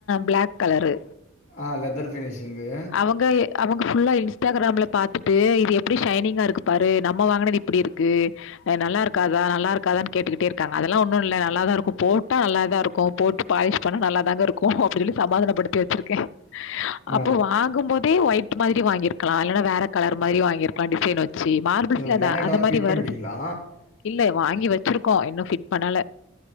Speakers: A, on the left; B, on the left.
A: பிளாக் கலரு
B: அ லெதர் ஃபினிஷிங்கு
A: அவங்க அவங்க ஃபுல்லா இன்ஸ்டாகிராம்ல பாத்துட்டு இது எப்டி ஷைனிங்கா இருக்கு பாரு நம்ம வாங்குனது இப்டி இருக்கு நல்ல இருக்காதா நல்லா இருக்காதான்னு கேட்டுகிட்டே இருக்காங்க அதல்லா ஒன்னு இல்ல நல்லாதா இருக்கு போட்டா நல்லாதா இருக்கு போட்டு பாலிஷ் பண்ணா நல்லாதாங்க இருக்கு அப்டினு சொல்லி சமாதானப்படுத்தி வச்சுருக்கே
B: ஆ
A: அப்போ வாங்கும் போதே ஒயிட் மாரி வாங்கிருக்கலா இல்லனா வேற கலர் மாரி வாங்கிருக்கலா டிசைன் வச்சு சே மார்பல்ஸ்ல
B: நீங்க கிரானைட்
A: அந்த அந்த
B: வாங்கி
A: மாரி
B: ஃபிட் பண்ட்டீங்களா
A: வருது இல்லே வாங்கி வச்சிருக்கோ இன்னும் ஃபிட் பண்ணல